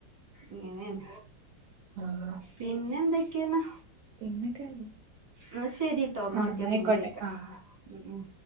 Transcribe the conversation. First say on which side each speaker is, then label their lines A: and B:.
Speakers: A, on the right; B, on the right.
A: ഇങ്ങനെയാണ്
B: ആഹ്
A: പിന്നെ എന്തൊക്കെയാണ്
B: പിന്നെക്കല്ലേ
A: ന്ന ശരി ട്ടോന്നാ
B: ആഹ്
A: ഒക്കെ
B: എന്നായിക്കോട്ടെ
A: പിന്നെ വിളിക്കാം
B: ആഹ്
A: ഉം